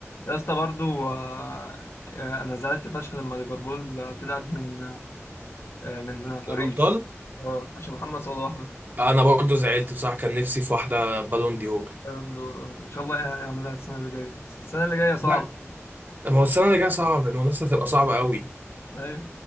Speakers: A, on the left; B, on the right.
A: يا اسطى برضو آه، آه، انا زعلت فشخ لما ليفربول آه، طلعت من آه، من باريس
B: الابطال
A: اه عشان محمد صلاح بس
B: انا برضه زعلت بصراحة كان نفسي في واحدة بالون دي هور
A: بالون دور آه، ان شاء الله هيعملها السنة اللي جاية بس السنة اللي جاية صعبة
B: لا ما هو السنة اللي جاية صعب المنافسة هتبقى صعبة قوي
A: ايوه